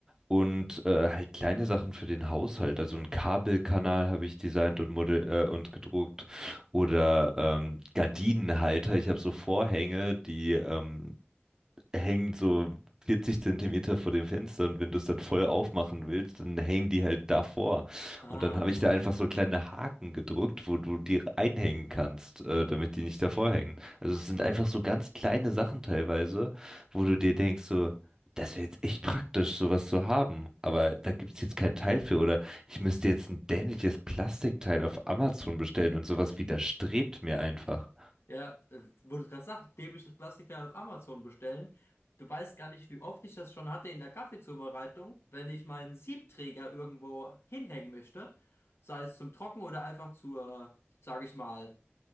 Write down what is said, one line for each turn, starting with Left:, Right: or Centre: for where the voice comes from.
Right: und äh, halt kleine Sachen für den Haushalt. Also einen Kabelkanal habe ich designt und model äh, und gedruckt oder ähm, Gardinenhalter. Ich habe so Vorhänge, die ähm, hängen so 40 Zentimeter vor dem Fenster und wenn du es dann voll aufmachen willst, dann hängen die halt davor.
Left: Ah.
Right: Und dann habe ich da einfach so kleine Haken gedrückt, wo du die einhängen kannst, äh, damit die nicht davor hängen. Also es sind einfach so ganz kleine Sachen teilweise, wo du dir denkst so, das wäre jetzt echt praktisch, sowas zu haben. Aber da gibt's jetzt kein Teil für. Oder ich müsste jetzt ein dämliches Plastikteil auf Amazon bestellen und sowas widerstrebt mir einfach.
Left: Ja, äh, wo du gerade sagst, dämliches Plastikteil auf Amazon bestellen. Du weißt gar nicht, wie oft ich das schon hatte in der Kaffeezubereitung, wenn ich meinen Siebträger irgendwo hinhängen möchte, sei es zum Trocken oder einfach zur, sage ich mal,